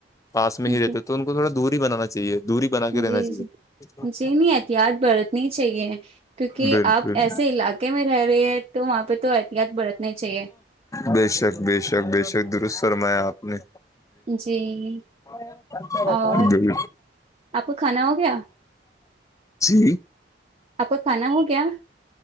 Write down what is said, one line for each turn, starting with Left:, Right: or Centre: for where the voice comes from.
Left: پاس میں ہی
Right: جی
Left: رہتے تو ان تھوا دور ہی بنانا چاہیے دوری بنا کے رہنا
Right: جی
Left: چاہیے
Right: جی جی نہیں احتیاط برتنی چاہیے کیوںکہ
Left: بالکل
Right: آپ ایسے علاقے میں رہ رہے ہیں تو وہاں پہ تو احتیاط برتنا چاہیے
Left: بے شک بے شک بے شک درست فرمایا آپ نے
Right: جی
Left: جی
Right: اور آپ کا کھانا ہو گیا
Left: جی
Right: آپ کا کھانا ہو گیا